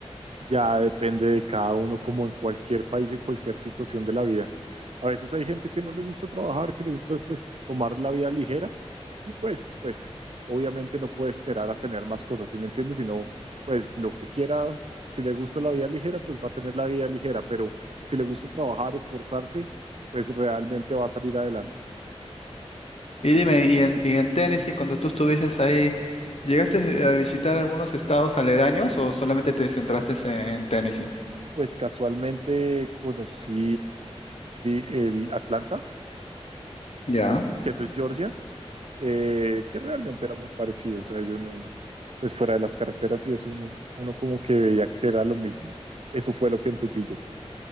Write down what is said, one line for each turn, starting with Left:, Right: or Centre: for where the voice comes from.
Right: Ya depende de cada uno, como en cualquier país, en cualquier situación de la vida. A veces hay gente que no le gusta trabajar, que le gusta pues tomar la vida ligera y pues, pues obviamente no puede esperar a tener más cosas, ¿sí me entiendes? Sino pues lo que quiera, si le gusta la vida ligera, pues va a tener la vida ligera, pero si le gusta trabajar, esforzarse, pues realmente va a salir adelante.
Left: Y dime, y en, y en Tennessee, cuando tú estuvieses ahí, ¿llegaste a visitar algunos estados aledaños o solamente te centraste en, en Tennessee?
Right: Pues casualmente conocí el Atlanta,
Left: Ya,
Right: entonces, que eso es Georgia. eh, que realmente era muy parecido, o sea, yo no, pues fuera de las carreteras y eso, uno, uno como que veía que era lo mismo. Eso fue lo que entendí yo.